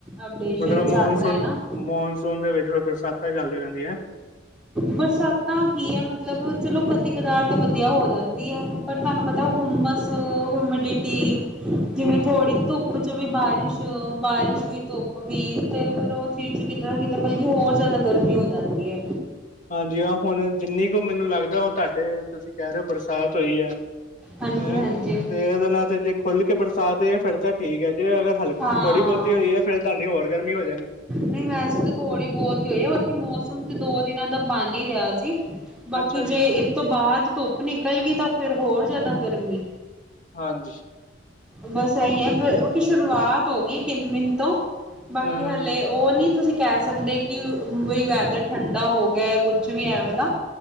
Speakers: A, in the centre; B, on the left.
A: ਅਪਡੇਸ਼ਨ
B: ਮਤਲਬ
A: ਚੱਲਦਾ
B: ਮੌਨਸੂਨ
A: ਏਨਾ।
B: ਮੌਨਸੂਨ ਦੇ ਵਿੱਚ ਬਰਸਾਤਾਂ ਚੱਲਦੀ ਰਹਿੰਦੀਆਂ।
A: ਬਰਸਾਤਾਂ ਕੀ ਹੈ ਮਤਲਬ ਚਲੋ ਕਦੀ ਕਦਾਰ ਤੇ ਵਧੀਆ ਹੋ ਜਾਂਦੀ ਹੈ। ਪਰ ਤੁਹਾਨੂੰ ਪਤਾ
B: ਹੂੰ
A: ਹੁਮਸ ਹਿਊਮਿਡਿਟੀ ਜਿਵੇਂ
B: ਹੂੰ
A: ਥੋੜ੍ਹੀ ਧੁੱਪ ਚ ਵੀ ਬਾਰਿਸ਼, ਬਾਰਿਸ਼ ਵੀ ਧੁੱਪ ਵੀ ਤੇ ਫੇਿਰ ਉਹ ਚੀਜ਼ ਕਿੱਧਾ ਕਿ ਤੇ ਬਲਕਿ ਹੋਰ ਜ਼ਿਆਦਾ ਗਰਮੀ ਹੋ ਜਾਂਦੀ ਹੈ।
B: ਹਾਂਜੀ ਹਾਂ ਹੁਣ ਜਿੰਨੀ ਕੁ ਮੈਨੂੰ ਲੱਗਦਾ ਉਹ ਤੁਹਾਡੇ ਤੁਸੀਂ ਕਹਿ ਰਹੇ ਹੋ ਬਰਸਾਤ ਹੋਈ ਹੈ।
A: ਹਾਂਜੀ
B: ਹੈਂ
A: ਹਾਂਜੀ।
B: ਤੇ ਉਹਦੇ ਨਾਲ ਤੇ ਜੇ ਖੁੱਲ ਕੇ ਬਰਸਾਤ ਫਿਰ ਤੇ ਠੀਕ ਹੈ ਜੇ ਅਗਰ ਹਲ ਥੋੜ੍ਹੀ
A: ਹਾਂ
B: ਬਹੁਤੀ ਹੋਈ ਹੈ ਫਿਰ ਤੁਹਾਨੂੰ ਹੋਰ ਗਰਮੀ ਹੋ ਜਾਣੀ।
A: ਨਹੀਂ ਵੈਸੇ ਤਾਂ ਥੋੜ੍ਹੀ ਬਹੁਤ ਹੀ ਹੋਈ ਹੈ ਬਾਕੀ ਮੌਸਮ ਤੇ ਦੋ ਦਿਨਾਂ ਦਾ ਬਣ ਹੀ ਰਿਹਾ ਸੀ। ਬਾਕੀ
B: ਅੱਛਾ
A: ਜੇ
B: ਜੀ
A: ਇਸ ਤੋਂ ਬਾਅਦ ਧੁੱਪ ਨਿਕਲ ਗਈ ਤਾਂ ਫਿਰ ਹੋਰ ਜ਼ਿਆਦਾ ਗਰਮੀ
B: ਹਾਂਜੀ।
A: ਬਸ ਇਹੀ ਹੈ ਫਿਰ ਸ਼ੁਰੂਆਤ ਹੋ ਗਈ ਕਿਨ, ਮਿੰਨ ਤੋਂ ਬਾਕੀ
B: ਹੂੰ
A: ਹਾਲੇ ਉਹ ਨੀ ਤੁਸੀਂ ਕਹਿ ਸਕਦੇ ਕਿ ਬਈ ਵੈਦਰ ਠੰਡਾ ਹੋ ਗਿਆ ਕੁਛ ਵੀ ਐਵੇਂ ਦਾ